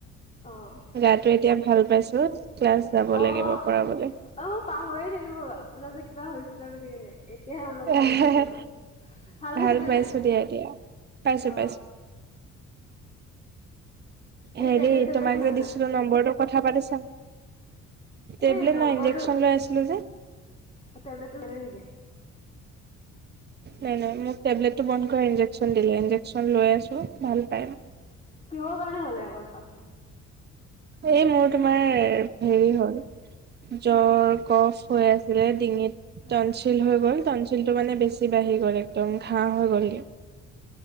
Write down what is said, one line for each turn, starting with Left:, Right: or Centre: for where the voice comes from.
Left: অ',
Right: গাটো এতিয়া ভাল পাইছো। ক্লাছ যাব
Left: অ'।
Right: লাগিব পঢ়াবলৈ
Left: অ', মই পাহৰি থাকিলো আপোনাৰ যে কিবা হৈছিলে বুলি কেনে এতিয়াহে মনত পৰিছে
Right: এ
Left: আপুনি
Right: হে
Left: কওঁতে।
Right: হে
Left: পাইছে
Right: ভাল
Left: নে
Right: পাইছো
Left: নাই?
Right: দিয়া দিয়া পাইছো
Left: অ',
Right: পাইছ
Left: এতিয়া
Right: হেৰি
Left: টেবলেট চেবলেট
Right: তোমাক
Left: খাইছে
Right: যে
Left: নে
Right: দিছিলো
Left: নাই?
Right: নম্বৰটো কথা পাতিছা টেবলেট
Left: এই নম্বৰটো
Right: নহয় ইন্জেকচন লৈ আছিলো যে।
Left: টেবলেটটো এনে নেকি?
Right: নাই নাই মোক টেবলেটো বন্ধ কৰি দিলে ইনজেকন লৈ আছো ভাল পা
Left: ক কাৰণে হ'লে আক আপোনাৰ
Right: এই মোৰ তোমাৰ হেৰি হ'ল
Left: কি
Right: জ্বৰ
Left: হ'ল?
Right: কফ হৈ আছিলে ডিঙিত
Left: হে
Right: তনচিল হৈ গ'ল তনচিল টো মানে বেছি বাঢ়ি গল একদম ঘাঁ হৈ
Left: অ',
Right: গলগে